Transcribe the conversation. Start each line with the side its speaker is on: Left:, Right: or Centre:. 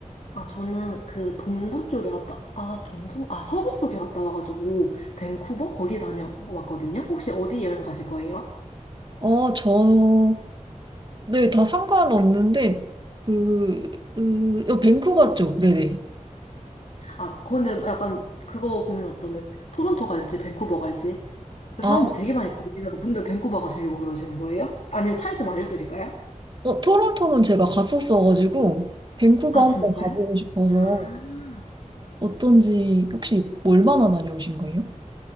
Left: 아, 저는 그 동부 쪽에 갔다, 아, 동부? 아, 서부 쪽에 갔다 와가지고, 밴쿠버? 거기 다녀왔거든요? 혹시 어디 여행 가실 거예요?
Right: 어, 저, 네, 다 상관없는데, 그, 으, 어, 밴쿠버 쪽, 네네.
Left: 아, 근데 약간 그거 고민하던데, 토론토 갈지, 밴쿠버 갈지? 그
Right: 아,
Left: 사람들 되게 많이 고민하고, 근데 밴쿠버 가시려고 그러시는 거예요? 아니면 차이 좀 알려드릴까요?
Right: 어, 토론토는 제가 갔었어가지고, 밴쿠버
Left: 아,
Right: 한번
Left: 진짜요?
Right: 가보고 싶어서,
Left: 아.
Right: 어떤지, 혹시 얼마나 다녀오신 거예요?